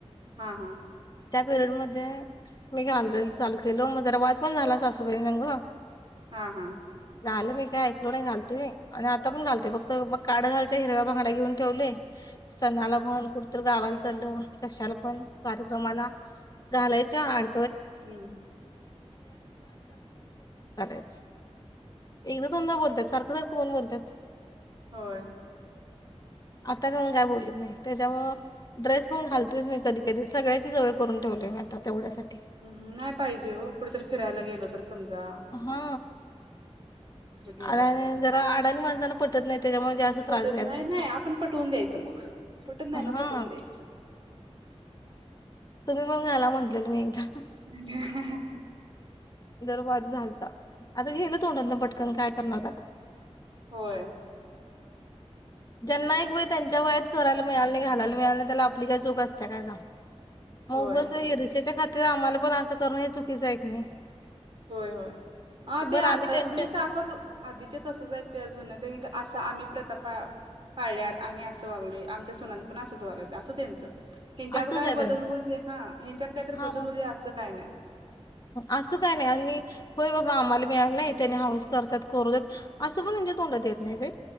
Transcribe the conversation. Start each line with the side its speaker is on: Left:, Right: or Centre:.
Right: हा हा
Left: पिरियड मध्ये मी घालायला चालू केल मग जरा वाद पण झाला सासुबाईन संग
Right: हा हा
Left: झालं बाई काही ऐकलो नाही घाल तू ले. आणि आता पण घालते फक्त बघ काड घालच्या हिरव्या बांगड्या घेऊन ठेवले सणाला म्हण कुठतर गावाला चाललो कशाला <unintelligible> क्रमाला घालायची चार
Right: हम्म
Left: <unintelligible> <unintelligible> एकदा दोनदा बोल त्यात सारखं सारखं कोण बोलत्यात.
Right: होय
Left: आता कोण काय बोलत नाही तेच्यामुं ड्रेस पण घालतोयच मी कधी कधी सगळ्याची सवय करून ठेवलोय मी आता तेवढ्यासाठी
Right: हम्म.. नाही पाहिजे ओ कुठेतरी फिरायला गेलो तर समजा
Left: हा
Right: कुठेतरी गेलो
Left: आणि
Right: तर
Left: जरा अडाणी माणसानं - पटत नाही. त्याच्यामुळे जास्त
Right: पटत
Left: त्रास द्यायला
Right: नाही.
Left: बघतात
Right: नाही आपण पटवून द्यायचं मग, पटत नाही ना
Left: हा
Right: पटवून द्यायचं.
Left: तुम्ही पण घाला म्हटलेल मी एकदा
Right: अ ह
Left: दरवार झालता आता गेल तोंडातना पटकन काय करणार त्याला
Right: होय
Left: ज्यांना एक वेळ त्यांच्या वयात करायला मिळाले घालायला मिळाले त्याला आपली का चूक असतते काय स
Right: होय
Left: अ उगच इर्षेच्या खा तीर आम्हाला पण असं करणं हे चुकीचं आहे की नाही?
Right: होय होय, आ ते
Left: बरं
Right: आता
Left: आम्ही त्यांच्या
Right: म्हणजे सासंच आधीच्या तसंच आहेत त्या जुन्या त्यानी असं आम्ही प्रता पा पाळल्यात आम्ही असं वागलोय आमच्या सुनांनी पण असंच वागाय चं असं त्यांचं ह्यांच्यात
Left: असंच
Right: काय
Left: आहे
Right: बदल
Left: त्यांचं
Right: होऊदे. हां ह्यांच्यात काय तर
Left: हा
Right: बदल होऊदे असं काय नाय.
Left: असं काही नाही आणि होय बाबा आम्हाला मिळालं नाही त्यांनी हाऊस करत्यात करू देत असं पण ह्यांच्या तोंडात येत नाही काही.